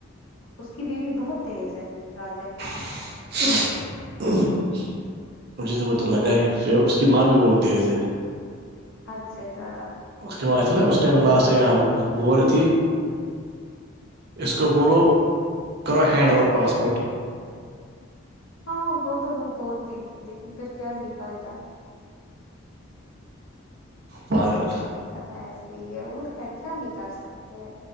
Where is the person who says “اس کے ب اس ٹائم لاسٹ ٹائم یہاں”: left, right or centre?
Right